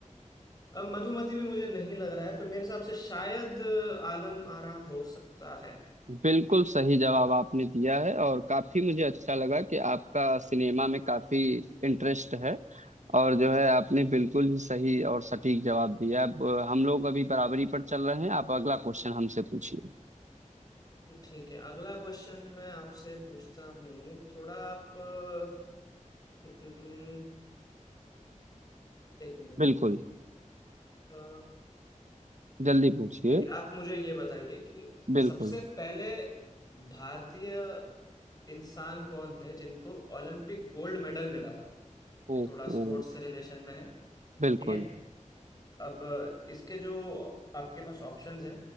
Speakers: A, on the left (about 30°); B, on the right (about 65°).
A: अब मधुमति भी मुझे नहीं लग रहा है तो मेरे हिसाब से शायद अ, आलम आरा हो सकता है
B: बिल्कुल सही जवाब आपने दिया है और काफी मुझे अच्छा लगा कि आपका सिनेमा में काफी इंटरेस्ट है और जो है आपने बिल्कुल ही सही और सटीक जवाब दिया अब अ, हम लोग अभी बराबरी पर चल रहे हैं आप अगला क्वेश्चन हमसे पूछिए
A: ठीक है अगला क्वेश्चन मैं आपसे पूछता हूँ थोड़ा आप अ, न- न- न- एक मिनट
B: बिल्कुल
A: अ,
B: जल्दी पूछिए
A: ठीक है आप मुझे ये बताइए कि
B: बिल्कुल
A: सबसे पहले भारतीय इंसान कौन थे जिनको ओलंपिक गोल्ड मेडल मिला था ये
B: ओहो
A: थोड़ा स्पोर्ट्स से रिलेशन में है
B: बिल्कुल
A: ठीक है अब इसके जो आपके पास ऑप्शंस है